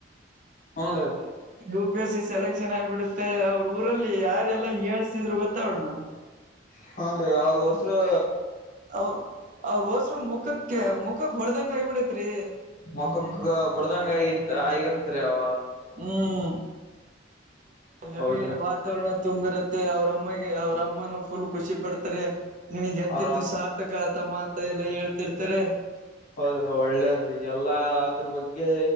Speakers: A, on the left; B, on the right.
A: ಹ್ನ್ ರೀ
B: U P S C selection ಆಗಿಬಿಡುತ್ತೆ ಅವ್ರ ಊರಲ್ಲಿ ಯಾರೆಲ್ಲಾ ಹೀಯಾಳಿಸಿದ್ರು ಗೊತ್ತಾ ಅವಳನ್ನ
A: ಹ್ಮ್ ರಿ ಅವ್ರ ಹೊಸೂರು
B: ಅವರು ಅವ್ರ ಹೋಸ್ರು ಮುಖಕ್ಕೆ ಮುಖಕ್ ಹೊಡದಂಗ ಆಗಿಬಿಡತ್ರಿ
A: ಮಖಕ್ಕ ಬಡ್ದಂಗ ಆಗ ಆಗಿರ್ತ್ರಿ ಅವ
B: ಹ್ಮ್ ಹೆವಿ
A: ಹೌದ್ರ
B: ವಾತಾವರಣ ತುಂಬಿರತ್ತೆ ಅವ್ರಮ್ಮಗೆ ಅವ್ರಮ್ಮನ ಫುಲ್ ಖುಷಿ ಪಡ್ತಾರೆ ನಿನಗ್ ಎತ್ತಿತ್ತು
A: ಅವ್ರ ಅಪ್
B: ಸಾರ್ಥಕ ಆತಮ್ಮ ಅಂತ ಎಲ್ಲ ಹೇಳ್ತಿರ್ತಾರೆ
A: ಹೌದ್ರೀ ಒಳ್ಳೇದ್ರಿ ಎಲ್ಲಾ ಅದ್ರ ಬಗ್ಗೆ